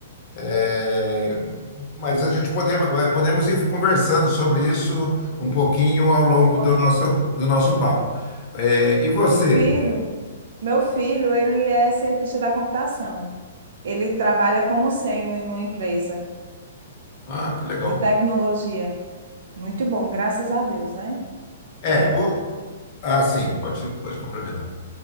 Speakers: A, on the left; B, on the right.
A: É, Mas a gente podemos, eh, podemos ir conversando sobre isso um pouquinho ao longo
B: Boa.
A: do nosso, do nosso papo. Eh, e você?
B: Meu filho, meu filho, ele é cientista da computação. Ele trabalha como sênior em uma empresa
A: Ah, que legal.
B: de tecnologia. Muito bom, graças a Deus, né?
A: É,
B: É, um,
A: o, ah, sim, pode, pode complementar.